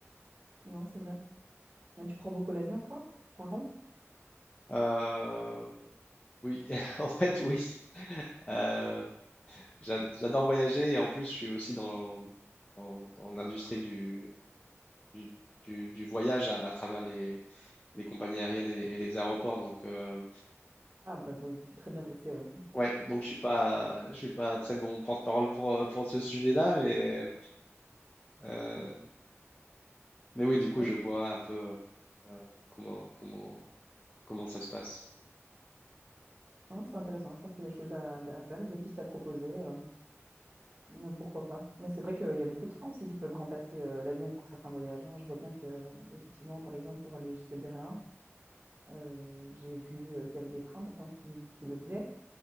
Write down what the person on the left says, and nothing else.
Euh, Oui, <laughs> en fait, oui. Euh,
j'a- j'adore voyager et en plus, je suis aussi dans, dans, dans l'industrie du, du, du- du voyage à, à travers les, les compagnies aériennes et les, et les aéroports. Donc, euh,
ouais, donc je suis pas, je suis pas très bon porte-parole pour, euh, pour ce sujet-là, mais, euh, mais oui, du coup,
je vois un peu euh, comment, comment, comment ça se passe.